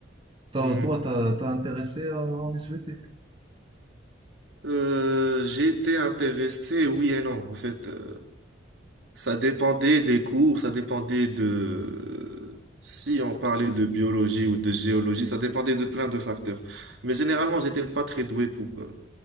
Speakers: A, on the right (about 25°); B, on the right (about 65°).
A: T'as-
B: mhm.
A: toi, t'as, t'as intéressé à en SVT?
B: Euh, j'ai intéressé, oui et non. En fait, euh, ça dépendait des cours, ça dépendait de... Si on parlait de biologie ou de géologie, ça dépendait de plein de facteurs. Mais généralement, j'étais pas très doué pour, euh,